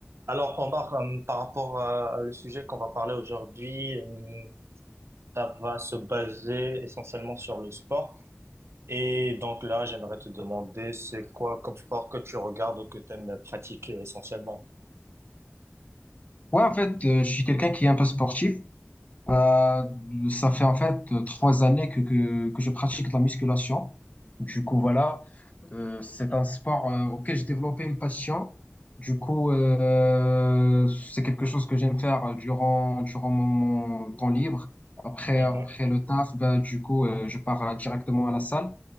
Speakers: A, on the right (about 65°); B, on the left (about 30°).
A: Alors, Omar, euh, par rapport à, à le sujet qu'on va parler aujourd'hui, euh, ça va se baser essentiellement sur le sport. Et donc là, j'aimerais te demander, c'est quoi comme sport que tu regardes ou que tu aimes pratiquer essentiellement?
B: Ouais, en fait, euh, je suis quelqu'un qui est un peu sportif. Euh, ça fait en fait euh, trois années que, que, que je pratique de la musculation. Du coup, voilà, Euh, c'est un sport euh, auquel j'ai développé une passion. Du coup, euh, c'est quelque chose que j'aime faire euh, durant, durant mon, mon temps libre. Après,
A: Mhm.
B: après le taf, ben, du coup, euh, je pars euh, directement à la salle.